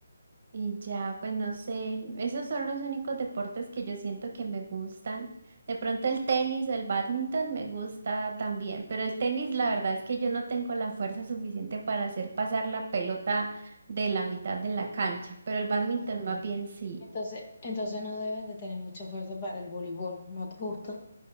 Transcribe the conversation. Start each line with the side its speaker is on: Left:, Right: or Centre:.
Right: Y ya, pues no sé, esos son los únicos deportes que yo siento que me gustan. De pronto el tenis o el bádminton me gusta también, pero el tenis la verdad es que yo no tengo la fuerza suficiente para hacer pasar la pelota de la mitad de la cancha, pero el bádminton
Left: Ah.
Right: más bien sí.
Left: Entonces, entonces no debes de tener mucha fuerza para el voleibol. ¿No te gusta?